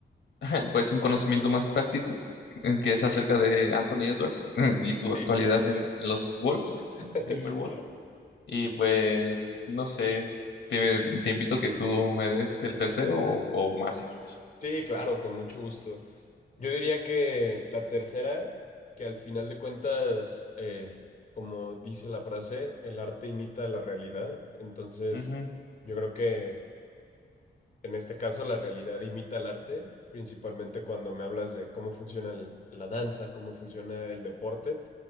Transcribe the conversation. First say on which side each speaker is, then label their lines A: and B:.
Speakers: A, on the left; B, on the left.
A: <laughs> pues, un conocimiento más práctico, eh, que es acerca de Anthony Edwards <laughs> y su actualidad
B: Sí,
A: en, en los Wolves,
B: <laughs>
A: Timberwolves.
B: sí, claro.
A: Y pues, no sé, te, te invito a que tú me des el tercero o, o más si quieres.
B: Sí, claro, con mucho gusto. Yo diría que la tercera, que al final de cuentas, eh, como dice la frase, el arte imita la realidad. Entonces,
A: Ujú.
B: yo creo que en este caso la realidad imita al arte, principalmente cuando me hablas de cómo funciona el- la danza, cómo funciona el deporte.